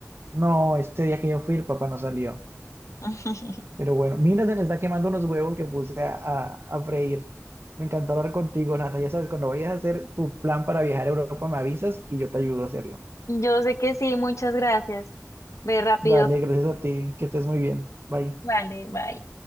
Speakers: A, on the right (about 50°); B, on the left (about 75°).
A: No, este día que yo fui, el papá no salió.
B: <laughs>
A: Pero bueno, mira, se me está quemando unos huevos que puse a, a, a freír. Me encantó hablar contigo, Nata. Ya sabes, cuando vayas a hacer tu plan para viajar a Europa, me avisas y yo te ayudo a hacerlo.
B: Yo sé que sí, muchas gracias. Ve rápido.
A: Dale, gracias a ti, que estés muy bien. Bye.
B: Vale, bye.